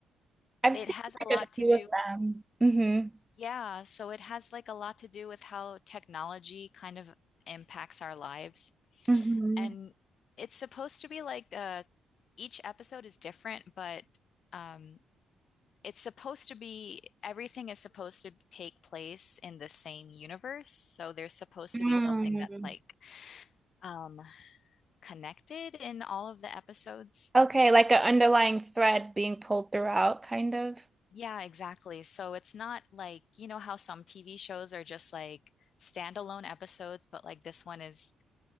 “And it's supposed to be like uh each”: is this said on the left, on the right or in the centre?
Left